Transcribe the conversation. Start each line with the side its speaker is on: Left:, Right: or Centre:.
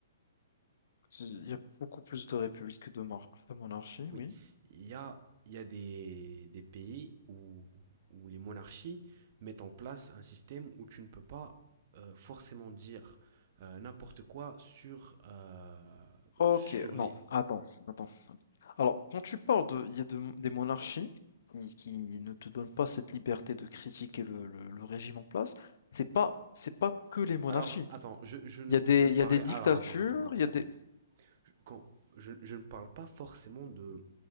Left: Si- Il y a beaucoup plus de républiques que de, mar- de monarchie,
Right: Oui,
Left: oui.
Right: il y a, il y a des, des pays où, où les monarchies mettent en place un système où tu ne peux pas euh, forcément dire euh, n'importe quoi sur, euh,
Left: Ok,
Right: sur
Left: non,
Right: les...
Left: attends, attends. Alors, quand tu parles de, il y a de- des monarchies qui, qui ne te donnent pas cette liberté de critiquer le, le- le régime en place, c'est pas, c'est pas que les monarchies.
Right: Alors, attends, je, je, ne-
Left: Il y a des,
Right: je ne
Left: il
Right: parlais...
Left: y a des dictatures,
Right: Alors, attends, attends, attends,
Left: il y a
Right: attends.
Left: des,
Right: Je, quand, je, je ne parle pas forcément de,